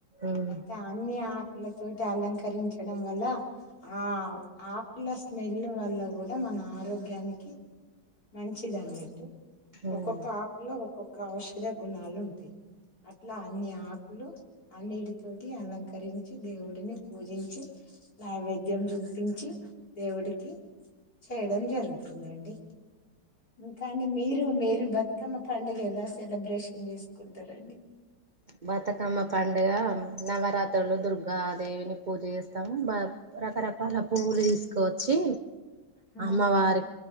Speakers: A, on the right (about 40°); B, on the left (about 55°).
A: ఉమ్
B: అయితే అన్నిీ ఆకులతోటి అలంకరించడం వల్ల ఆ ఆకుల స్మెల్ వల్ల కూడా మన ఆరోగ్యానికి మంచిది అన్నట్టు
A: ఉమ్
B: ఒక్కొక్క ఆకులా ఒక్కొక్క ఔషధ గుణాలు ఉంటాయి అట్లా అన్ని ఆకులు అన్నిటితోటి అలంకరించి దేవుడిని పూజించి నైవేద్యం చూపించి దేవుడికి చేయడం జరుగు తుంది అండి ఇంకా అండి మీరు మీరు బతుకమ్మ పండగ ఎలా సెలబ్రేషన్ చేసుకుంటారండి
A: బతుకమ్మ పండుగ నవరాత్రి దుర్గా దేవిని పూజ చేస్తాం రకరకాల పువ్వులు తీసుకువచ్చి
B: ఆ
A: అమ్మవారి